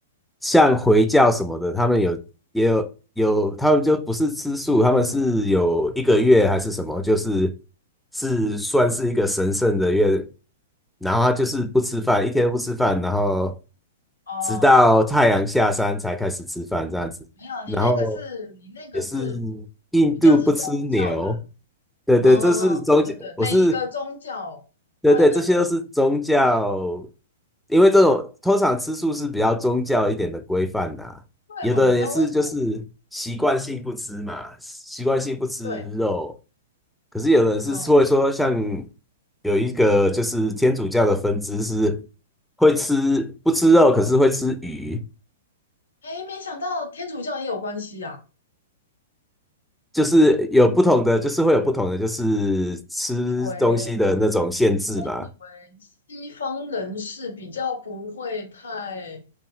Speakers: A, in the centre; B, on the left.
A: 像回教什么的，他们有也有有，他们就不是吃素，他们是有一个月还是什么，就是是算是一个神圣的月，然后他就是不吃饭，一天都不吃饭，然后
B: 哦，
A: 直到太阳下山才开始吃饭这样子。
B: 没有，你那个是你那个是
A: 然后也是印度不吃牛，
B: 比较是宗教的，
A: 对对，
B: 嗯嗯嗯，
A: 这是中间，
B: 对对对，
A: 我是
B: 每一个宗教它的那个，
A: 对对，这些都是宗教，因为这种通常吃素是比较宗教一点的规范呐、
B: 对吼，
A: 有的人也是就是习惯性不吃嘛，
B: 你知道为什么？
A: 习惯性不吃肉，
B: 对，
A: 可是有的人是会说像
B: 嗯，
A: 有一个就是天主教的分支是会吃不吃肉，可是会吃鱼，
B: 哎，没想到天主教也有关系啊，
A: 就是有不同的，就是会有不同的就是吃东西的那种限制嘛。
B: 以为以为西方人是比较不会太